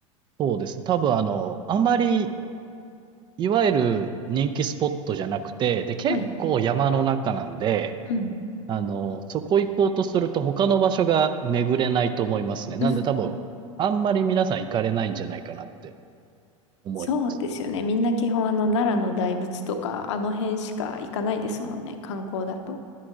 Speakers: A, on the right (about 25°); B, on the left (about 60°).
A: そうですね。多分あの、あんまり、いわゆる人気スポットじゃなくて、で、結構山の中なんで、
B: はい、うん、
A: あの、そこ行こうとすると他の場所が巡れないと思いますね。なんで多分、
B: うん。
A: あんまり皆さん行かれないんじゃないかなって思います。
B: そうですよね。みんな基本あの奈良の大仏とかあの辺しか行かないですもんね。観光だと。